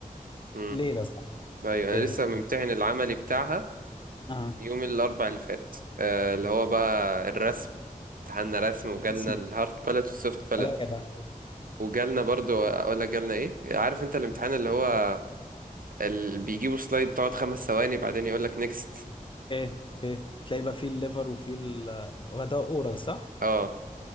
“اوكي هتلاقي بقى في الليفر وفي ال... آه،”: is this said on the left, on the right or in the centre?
Left